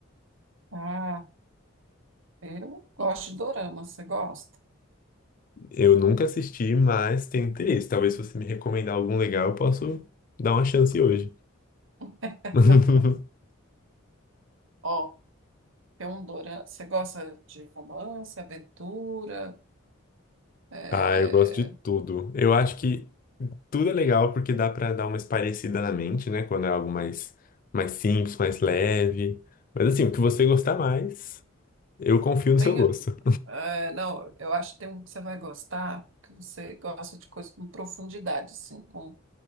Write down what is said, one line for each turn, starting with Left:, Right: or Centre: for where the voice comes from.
Right: Ah, eu gosto de dorama, você gosta?
Left: Eu nunca assisti, mas tenho interesse. Talvez se você me recomendar algum legal, eu posso dar uma chance hoje.
Right: <laughs>
Left: <laughs>
Right: Ó, tem um dorama, você gosta de romance, aventura? É,
Left: Ah, eu gosto de tudo. Eu acho que tudo é legal porque dá pra dar uma espairecida na mente, né? Quando é algo mais, mais simples, mais leve. Mas assim, o que você gostar mais, eu confio no
Right: Tem,
Left: seu gosto.
Right: é, não, eu acho que tem um que você vai gostar, que você gosta de coisas com profundidade, assim, com